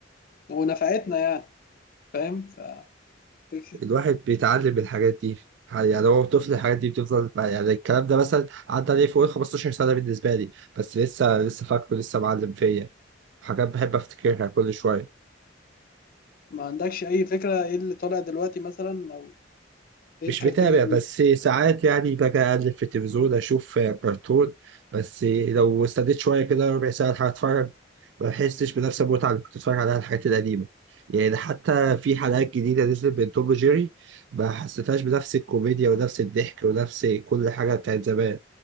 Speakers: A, on the left; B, on the right.
A: ونفعتنا يعني فاهم ف فك-
B: الواحد بيتعلم من الحاجات دي يعني هو طفل الحاجات دي بتفضل يعني الكلام ده مثلا عدى عليه فوق ال 15 سنة بالنسبة لي بس لسه لسه فاكره لسه معلم فيا حاجات بحب افتكرها كل شوية
A: ما عندكش أي فكرة ايه اللي طالع دلوقتي مثلا أو ايه
B: مش
A: الكرتون
B: بتابع بس ساعات يعني باجي أقلب في التلفزيون أشوف كرتون بس لو استديت شوية كده ربع ساعة هتفرج ما بحسش بنفس المتعة اللي كنت بتفرج عليها الحاجات القديمة يعني حتى في حلقات جديدة نزلت من توم وجيري ما حسيتهاش بنفس الكوميديا ونفس الضحك ونفس كل حاجة بتاعت زمان